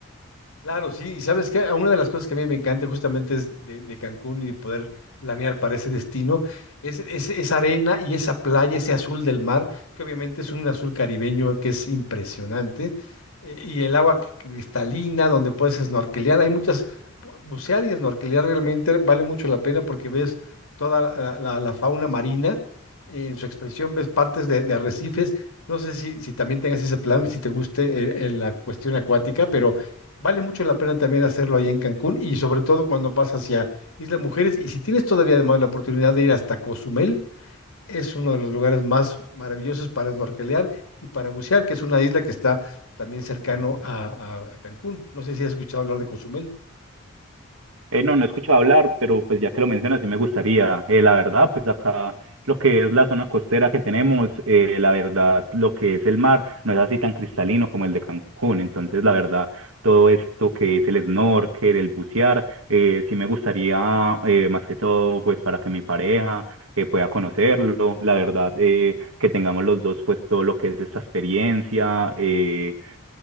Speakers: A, on the left; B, on the right.
A: Claro, sí, y sabes que una de las cosas que a mí me encanta justamente es de, de Cancún y poder planear para ese destino, es, es- esa arena y esa playa, ese azul del mar, que obviamente es un azul caribeño que es impresionante, eh, y el agua cristalina donde puedes snorkelear, hay muchas, bu- bucear y snorkelear realmente vale mucho la pena porque ves toda la, la- la fauna marina, eh, en su expresión ves partes de, de arrecifes, no sé si, si también tengas ese plan, si te guste eh, eh, la cuestión acuática, pero... Vale mucho la pena también hacerlo ahí en Cancún y sobre todo cuando vas hacia Isla Mujeres. Y si tienes todavía además la oportunidad de ir hasta Cozumel, es uno de los lugares más maravillosos para snorkelear y para bucear, que es una isla que está también cercano a, a a Cancún. No sé si has escuchado hablar de Cozumel.
B: Eh, no, no he escuchado hablar, pero pues ya que lo mencionas, sí me gustaría. Eh, la verdad, pues acá lo que es la zona costera que tenemos, eh, la verdad, lo que es el mar no es así tan cristalino como el de Cancún. Entonces, la verdad, todo esto que es el snorkel, el bucear, eh, sí me gustaría, eh, más que todo, pues para que mi pareja eh, pueda conocerlo. La verdad, eh, que tengamos los dos, pues todo lo que es esta experiencia. eh,